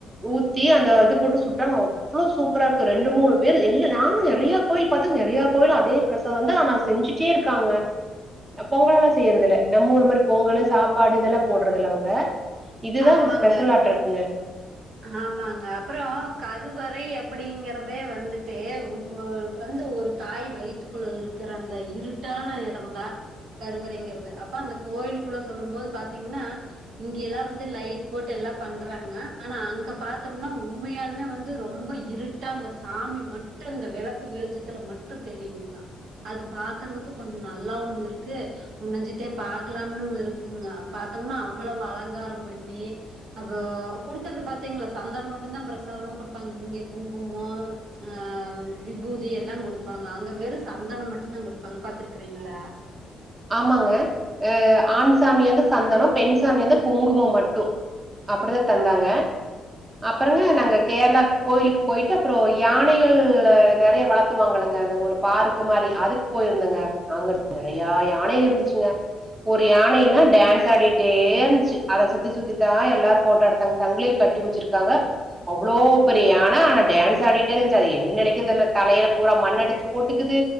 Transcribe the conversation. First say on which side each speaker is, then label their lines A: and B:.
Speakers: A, on the right; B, on the right.
A: ஊத்தி அந்த இது போட்டு சுட்டாங்க அவ்ளோ சூப்பரா இருக்கு ரெண்டு மூணு பேரு நானும் நெறைய கோயில் பாத்தங்க நெறைய கோயில் அதே சோ வந்து ஆனா செஞ்சுட்டே இருக்காங்க பொங்கல் எல்லா செய்யறது இல்ல நம்ம ஊரு மாரி பொங்கல் சாப்பாடு இதெல்லா போட்றதில்ல அவங்க இதுதா
B: ஆமாங்க
A: ஸ்பெஷலாட்ருக்குங்க
B: அது ஆமாங்க அப்பறோ கருவறை அப்டிங்கறதே வந்துட்டு உங்களுக்கு வந்து ஒரு தாய் வயித்துக்குள்ள இருக்கிற அந்த இருட்டான எடம்ந்தா கருவறைங்கிறது அப்ப அந்த கோயிலுக்குள்ள சொல்லும் போது பாத்தீங்கன்னா இங்கெல்லா வந் து லைட் போட்டு எல்லா பண்றாங்க ஆனா அங்க பாத்தோம்னா உண்மையாலுமே வந்து ரொம்ப இருட்டா அந்த சாமி மட்டு அந்த வெளக்கு வெளிச்சத்துல மட்டு தெரியுமுங்க அது பாக்குறதுக்கு கொஞ்சோ நல்லாவு இருக்கு குணுஞ்சிட்டே பாக்காலான்னுயிருக்குங்க பாத்தோம்னா அவ்ளவு அலங்காரம் பண்ணி அப்ப குடுக்கறத பாத்தீங்களா சந்தனம் மட்டும்தா பிரசாதமா குடுப்பாங்க இங்க குங்குமோ ஆ விபூதி எல்லா குடுப்பாங்க, அங்க வெறும் சந்தனம் மட்டுந்தா குடுப்பாங்க பாத்துருக்றீங்ளா
A: ஆமாங்க அ ஆண் சாமியா இருந்த சந்தனம் பெண் சாமியா இருந்த குங்குமம் மட்டு அப்டிதா தந்தாங்க
B: ஆமாங்க
A: அப்பறங்க நாங்க கேரளாக்கு கோயிலுக்கு போயிட்டு அப்றோ யானைகள் நெறைய வளத்துவாங்களங்க அந்த ஒரு பார்க் மாரி அதுக்கு போயிருந்தங்க அங்க நெறையா யானை இருந்துச்சுங்க ஒரு யானைனா டான்ஸ் ஆடிட்டே இருந்துச்சு அத சுத்தி சுத்தித்த எல்லாரு போட்டோ எடுத்தாங்க சங்கிலி கட்டி வச்சிருக்காங்க அவ்ளோ பெரிய யான ஆனா டான்ஸ் ஆடிட்டே இருந்துச்சு அது என்ன நெனைக்குது தெரில தலைல பூரா மண்ண எடுத்து போட்டுக்குது